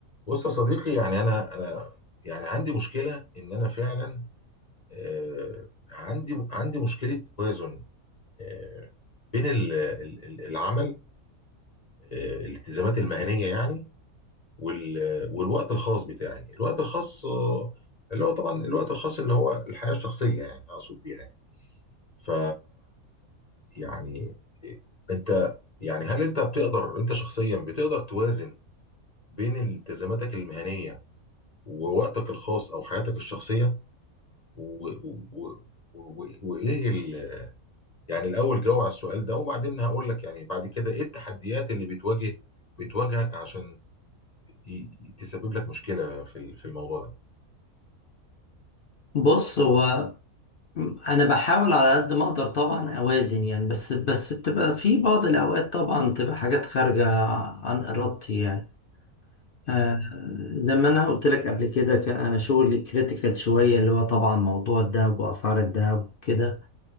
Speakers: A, on the left; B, on the left.
A: بص يا صديقي يعني انا انا يعني عندي مشكله ان انا فعلا آه، عندي عندي مشكله توازن آه، بين ال- ال- ال- العمل آه، الالتزامات المهنيه يعني وال- والوقت الخاص بتاعي الوقت الخاص آه، اللي هو طبعا الوقت الخاص اللي هو الحياه الشخصيه يعني اقصد بيها يعني ف يعني آه، انت يعني هل انت بتقدر انت شخصيا بتقدر توازن بين التزاماتك المهنيه ووقتك الخاص او حياتك الشخصيه و... و... و... و... وايه ال... يعني الاول جاوب على السؤال ده وبعدين هقول لك يعني بعد كده ايه التحديات اللي بتواجه بتواجهك عشان ي- تسبب لك مشكلة في ال- في الموضوع ده
B: بص هو انا بحاول على قد ما اقدر طبعا اوازن يعني بس بس بتبقى في بعض الاوقات طبعا تبقى حاجات خارجه عن ارادتي يعني آه زي ما انا قلت لك قبل كده كان انا شغلي كريتيكال شويه اللي هو طبعا موضوع الذهب واسعار الذهب وكده